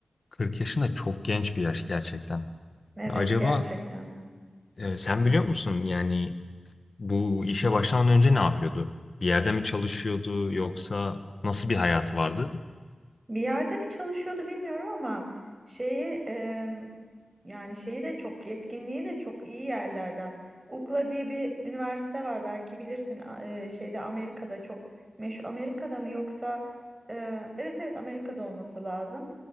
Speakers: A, on the left; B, on the right.
A: 40 yaşında çok genç bir yaş gerçekten.
B: Evet
A: Acaba
B: gerçekten.
A: e, sen biliyor musun yani bu işe başlamadan önce ne yapıyordu? Bir yerde mi çalışıyordu yoksa nasıl bir hayatı vardı?
B: Bir yerde mi çalışıyordu bilmiyorum ama şeyi e, yani şeyi de çok yetkinliği de çok iyi yerlerden. UCLA diye bir üniversite var belki bilirsin A- e, şeyde Amerika'da çok meşhur Amerika'da mı yoksa e, evet evet Amerika'da olması lazım.